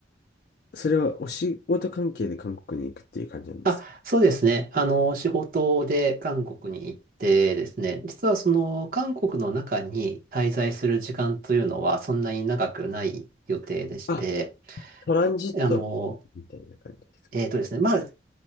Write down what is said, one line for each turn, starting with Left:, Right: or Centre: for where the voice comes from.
Left: それはお仕事関係で韓国に行くっていう感じなんですか
Right: あ、そうですね。あの、仕事で韓国に行ってですね、実はその韓国の中に滞在する時間というのはそんなに長くない予定でして、
Left: あ、トランジット
Right: あの、
Left: みたいな感じですか
Right: えーとですね、まあ、